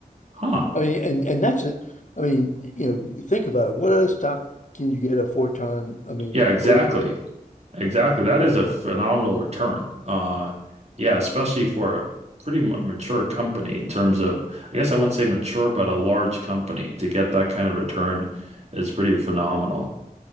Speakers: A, on the right; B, on the left.
A: Huh.
B: I mean, and and that's it. I mean, you know, think about it. What other stock can you get a four time? I mean,
A: Yeah, exactly.
B: over.
A: Exactly. That is a phenomenal return. Uh, yeah, especially for a pretty mu- mature company in terms of, I guess I wouldn't say mature, but a large company to get that kind of return is pretty phenomenal.